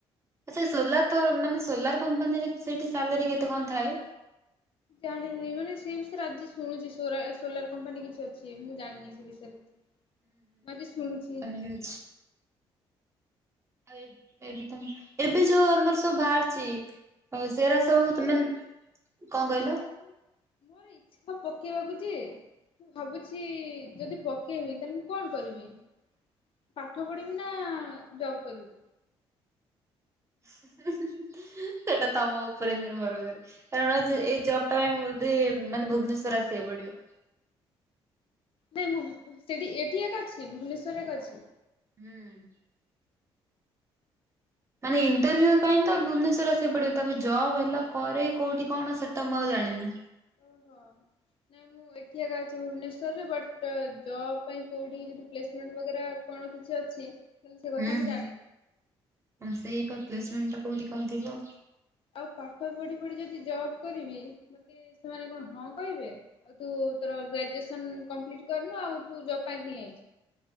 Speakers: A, on the right; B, on the left.
A: ଆ ସେଇ ସୋଲାର ତ ମାନେ ସୋଲାର କମ୍ପାନୀରେ ସେଠି ସାଲେରୀ କେତେ କଣ ଥାଏ?
B: ଜାଣିନି ମାନେ ସେ ବିଷୟରେ ଆଜି ଶୁଣୁଛି ସୋରା ସୋଲାର କମ୍ପାନୀ କିଛି ଅଛି ମୁଁ ଜାଣି ନି ସେ ବିଷୟରେ କିଛି। ମୁଁ ଆଜି ଶୁଣୁଛି।
A: ହେଲ୍ସ ଆଉ ଏ ଏବେ ତୋମ ଏବେ ଯୋଉ ଆମର ସବୁ ବାହାରଛି। ଆଉ ସେରା ସବୁ ତୁ ମାନ, କଣ କହିଲ?
B: ମୋ ମୋର ଇଚ୍ଛା ପକେଇବାକୁ ଯେ। ମୁଁ ଭାବୁଛି ଯଦି ପକେଇବି ତାହେଲେ ମୁଁ କଣ କରିବି? ପାଠ ପଢିବି ନା ଜବ୍ କରିବି?
A: ସେଟା ତୋମ ଉପରେ ନିର୍ଭର କରେ। କାରଣ ଯେ ଏ ଜବ୍ ଟା ପାଇଁ ବୋଧେ ମାନେ ଭୁବନେଶ୍ଵର ଆସିବାକୁ ପଡିବ।
B: ନାଇଁ ମୁଁ ସେଠି ଏଠି ଏକା ଅଛି ଭୁବନେଶ୍ୱର ଏକା ଅଛି।
A: ହୁଁ। ମାନେ ଇଣ୍ଟରଭ୍ୟୁ ପାଇଁ ତ ଭୁବନେଶ୍ୱର ଆସିବାକୁ ପଡିବ। ତାପରେ ଜବ୍ ହେଲା ପରେ କୋଉଠି କଣ ସେଟା ମୁଁ ଆଉ ଜାଣିନି।
B: ଓ ହୋ ନାଇଁ ମୁଁ ମୁଁ ଏଠି ଏକା ଅଛି ଭୁବନେଶ୍ଵରରେ ବଟ୍ ଜବ୍ ପାଇଁ କୋଉଠି କି ଯଦି ପ୍ଲେସମେଣ୍ଟ ବଗେରା କଣ କିଛି ଅଛି। ତାହେଲେ ସେ କଥା
A: ହଁ,
B: ମୁଁ
A: ହଁ,
B: ଜାଣିନି।
A: ହଁ ସେଇ କ- ପ୍ଲେସମେଣ୍ଟ ଟା କୋଉଠି କଣ ଥିବ
B: ଆଉ ପାଠ ପଢି ପଢି ଯଦି ଜବ୍ କରିବି ମୋତେ ସେମାନେ କଣ ହଁ କହିବେ? ଆଉ ତୁ ତୋର ଗ୍ରାଜୁଏସନ କମ୍ପ୍ଲିଟ କରିନୁ ଆଉ ତୁ ଜବ୍ ପାଇଁ ଧାଇଁ ଆଇଛୁ।